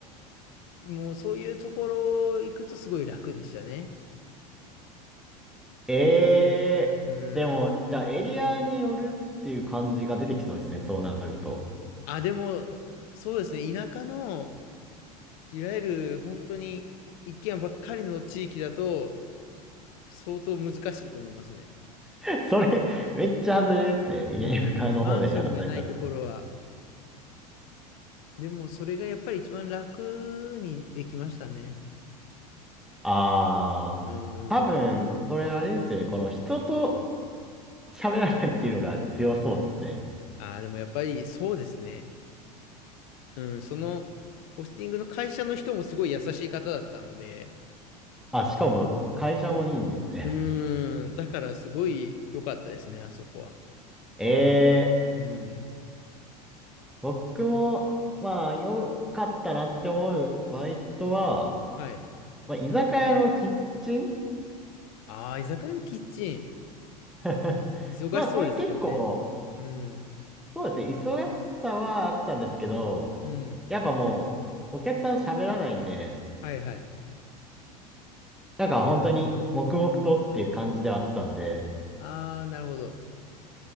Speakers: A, on the left; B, in the centre.
A: もうそういうところ行くとすごい楽でしたね。
B: ー、えー、
A: うーん。
B: でも、じゃあエリアによるっていう感じが出てきそうですね、そうなると。
A: あ、でも、そうですね。田舎の、いわゆる本当に一軒家ばっかりの地域だと、相当難しいと思いますね。
B: <laughs> それ、めっちゃ外れですね、
A: うんん、
B: 田舎の方でやらされたの。
A: マンションがないところは。でも、それがやっぱり一番楽にできましたね。
B: あー、
A: う
B: 多分、
A: ん。
B: それあれですよね、この人と喋らないっていうのが強そうですね。
A: ああ、でもやっぱりそうですね。うん、その、ポスティングの会社の人もすごい優しい方だったので、
B: あ、しかも、会社もいいんですね。
A: うん、だからすごい良かったですね、あそこは。
B: えー、
A: うん。
B: 僕も、まあ、良かったなって思うバイトは、
A: はい。
B: まあ、居酒屋のキッチン
A: ああ、居酒屋のキッチン。
B: <laughs>
A: 忙しそうですけどね。
B: まあ、これ結構、
A: うん。
B: そうですね、忙しさはあったんですけど、
A: うん。
B: やっぱもう、お客さん喋らないんで、
A: はいはい。
B: なんか本当に黙々とっていう感じではあったんで、
A: ああ、なるほど。